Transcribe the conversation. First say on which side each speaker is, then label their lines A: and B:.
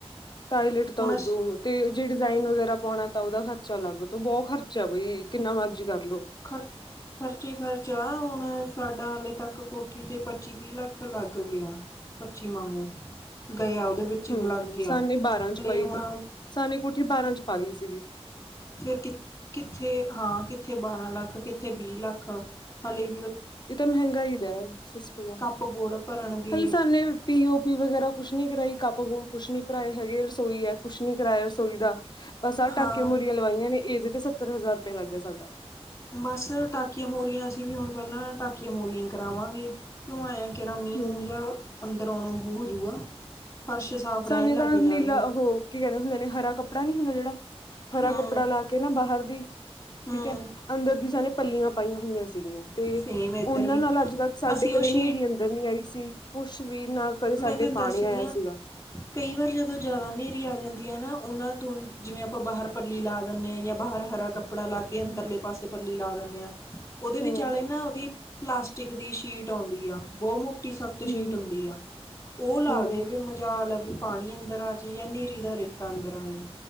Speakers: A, on the left; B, on the left.
A: ਟਾਇਲਟ ਤਾਂ
B: ਹੁਣ
A: ਉਦੋਂ
B: ਅਸ
A: ਤੇ ਜੇ ਡਿਜ਼ਾਇਨ ਵਗੈਰਾ ਪਾਉਣਾ ਤਾਂ ਉਹਦਾ ਖਰਚਾ ਅਲੱਗ ਤ ਬਹੁਤ ਖਰਚਾ ਬਈ ਕਿੰਨਾ ਮਰਜ਼ੀ ਕਰ।
B: ਖਰ ਖਰਚੇ ਖਰਚਾ ਹੁਣ ਸਾਡਾ ਹਾਲੇ ਤੱਕ ਕੋਠੀ 'ਤੇ ਪੱਚੀ ਤੀਹ ਲੱਖ ਲੱਗ ਗਿਆ ਪੱਚੀ ਵਾਂਗੂ ਗਿਆ ਉਹਦੇ ਵਿੱਚ
A: ਹਮ
B: ਲੱਗ ਗਿਆ
A: ਸਾਨੇ ਬਾਰਾਂ ਚ
B: ਹਲੇ
A: ਪਾਈ
B: ਹੁਣ
A: ਸੀ ਸਾਨੇ ਕੋਠੀ ਬਾਰਾਂ ਚ ਪੀ ਸੀ। ਜੀ
B: ਫਿਰ ਕਿ ਕਿੱਥੇ ਹਾਂ ਕਿੱਥੇ ਬਾਰਾਂ ਲੱਖ ਕਿੱਥੇ ਵੀਹ ਲੱਖ ਹਾਲੇ
A: ਇਹ ਤਾਂ ਮਹਿੰਗਾ ਹੀ ਦਾ ਸਿਸਟਮ
B: ਕੱਪ ਬੋਰਡ ਭਰਨਗੇ
A: ਹਾਲੇ ਸਾਨੇ ਪੀਓ ਪੀ ਵਗੈਰਾ ਕੁਛ ਨੀ ਕਰਾਈ ਕੱਪ ਗੂੜ ਕੁਛ ਨੀ ਭਰਾਏ ਹੈਗੇ ਰਸੋਈ ਹੈ ਕੁਛ ਨੀ ਕਰਾਇਆ ਰਸੋਈ ਦਾ ਬ ਸਾਰ
B: ਹਾਂ
A: ਟਾਕੀਆਂ ਮੂਰੀਆਂ ਲਵਾਈਆਂ ਨੇ ਇਹਦੇ ਤੇ ਸੱਤਰ ਹਜ਼ਾਰੁਪਆ ਲੱਗ ਗਿਆ ਸਾਡਾ
B: ਬਸ ਟਾਕੀਆਂ ਮੂਰੀਆਂ ਅਸੀਂ ਵੀ ਹੁਣ ਪਹਿਲਾਂ ਟਾਕੀਆਂ ਮੂਰੀਆਂ ਕਰਾਵਾਂਗੇ ਕਿਉਂ ਆਇਆ ਕਿਹਰਾ ਮੀਂਹ
A: ਹੂੰ,
B: ਮੂੰ ਜਿਹਾ, ਅੰਦਰ ਆਉਣਾ ਹੋ ਹੋ ਜੂਗਾ ਫਰਸ਼ ਸਾਫ਼ ਰਹਿਣ
A: ਸਾਨੂੰ
B: ਲੱਗ
A: ਤਾਂ ਨੀਲਾ
B: ਜਾਣਗੇ
A: ਉਹ ਕੀ ਕਹਿੰਦੇ ਹੁੰਦੇ ਨੇ ਹਰਾ ਕੱਪੜਾ ਨ ਜਿਹੜਾ ਹਰਾ
B: ਹੂੰ
A: ਕੱਪੜਾ ਲਾ ਕੇ ਨਾ ਬਾਹਰ ਦੀ
B: ਹੂੰ
A: ਠੀਕ ਹੈ, ਅੰਦਰ ਵੀ ਸਣੇ ਪੱਲੀਆਂ ਪਾਈਆਂ ਹੋਈਆਂ ਸੀਗੀਆਂ ਤੇ
B: ਸੇਮ ਇੱਧਰ
A: ਉਹਨਾਂ
B: ਵੀ
A: ਨਾਲ ਅੱਜ ਤੱਕ ਸਾਡੇ
B: ਅਸੀਂ
A: ਕਦੇ
B: ਉਹ ਸ਼ੀਟ
A: ਹਨੇਰੀ ਅੰਦਰ ਨੀ ਆਈ ਸੀ ਕੁਛ ਕੁਛ ਵੀ ਨਾ ਕਦੇ ਸਾਡੇ
B: ਮੈਂ ਤੈਨੂੰ
A: ਪਾਣੀ
B: ਦੱਸਦੀ
A: ਆਇਆ
B: ਹਾਂ
A: ਸੀਗਾ
B: ਕਈ ਵਾਰ ਜਦੋਂ ਜ਼ਿਆਦਾ ਹਨੇਰੀ ਆ ਜਾਂਦੀ ਹੈ ਨਾ ਉਹਨਾਂ ਨੂੰ ਜਿਵੇਂ ਆਪਾਂ ਬਾਹਰ ਪੱਲੀ ਲਾ ਦਿੰਦੇ ਹਾਂ ਜਾਂ ਬਾਹਰ ਹਰਾ ਕੱਪੜਾ ਲਾ ਕੇ ਅੰਦਰਲੇ ਪਾਸੇ ਪੱਲੀ ਲਾ ਦਿੰਦੇ ਆਂ। ਉਹਦੇ ਵਿਚਾਲੇ
A: ਹਮ
B: ਨਾ ਉਹਦੀ ਪਲਾਸਟਿਕ ਦੀ ਸ਼ੀਟ ਆਉਂਦੀ ਆ, ਬਹੁਤ ਮੋ ਸੱਤ ਸ਼ੀ
A: ਹਮ
B: ਦੀ ਉਹ ਲਾ
A: ਹਮ
B: ਦੇ ਵੀ ਮਜਾਲ ਏ ਬੀ ਪਾਣੀ ਅੰਦਰ ਆ ਜੇ ਯਾ ਹਨੇਰੀ ਦਾ ਰੇਤਾ ਅੰਦਰ ਆ ਜਾਏ